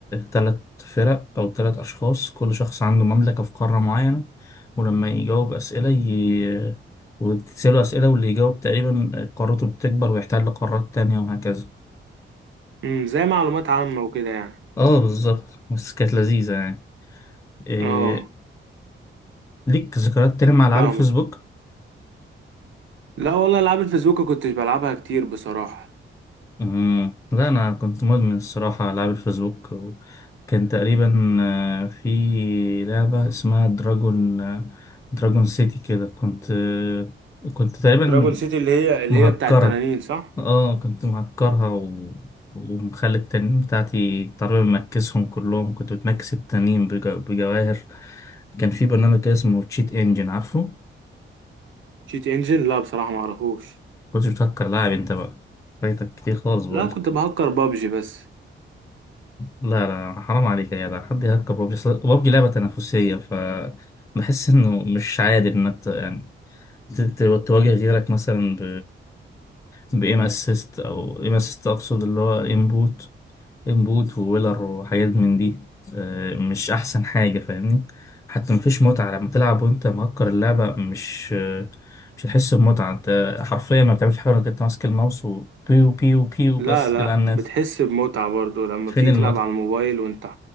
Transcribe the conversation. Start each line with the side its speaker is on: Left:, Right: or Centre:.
Left: تلات فرق أو تلات أشخاص كل شخص عنده مملكة في قارة معينة ولما يجاوب أسئلة ي... وتسأله أسئلة واللي يجاوب تقريبا قارته بتكبر ويحتل قارات تانية وهكذا
Right: امم زي معلومات عامه وكده يعني
Left: اه بالظبط بس كانت لذيذة يعني إيه...
Right: اه
Left: ليك ذكريات تانية مع ألعاب
Right: فاهمك
Left: الفيسبوك؟
Right: لا والله العاب الفيسبوك ما كنتش بلعبها كتير بصراحه
Left: مم. لا أنا كنت مدمن الصراحة على ألعاب الفيسبوك وكان تقريبا آه، في لعبة اسمها دراجون آه، دراجون سيتي كده كنت آه، كنت تقريبا
Right: دراجون سيتي اللي هي اللي
Left: مهكرة
Right: هي بتاع التنانين صح
Left: اه كنت مهكرها و... ومخلي التنين بتاعتي تقريبا مكسهم كلهم كنت بتمكس التنين بج... بجواهر كان في برنامج كده اسمه تشيت انجن عارفه
Right: شيت انجن لا بصراحة ما اعرفوش
Left: كنت بتهكر لاعب انت بقى فايتك كتير خالص بقول
Right: لا كنت بهكر بابجي بس
Left: لا لا حرام عليك يا جدع حد يهكر بابجي أصل بابجي لعبة تنافسية ف بحس انه مش عادل انك ت- يعني ت- ت- تواجه غيرك مثلا ب بإيم اسيست او إيم اسيست اقصد اللي هو انبوت انبوت وويلر وحاجات من دي آه، مش احسن حاجة فاهمني حتى مفيش متعة لما تلعب وانت مهكر اللعبة مش آه، مش هتحس بمتعة انت حرفيا ما بتعملش حاجة غير انك انت ماسك الماوس وبيو بيو بيو
Right: لا
Left: بس
Right: لا
Left: كده على الناس
Right: بتحس بمتعة برضو لما
Left: فين
Right: بتيجي
Left: المتعة
Right: تلعب على الموبايل وانت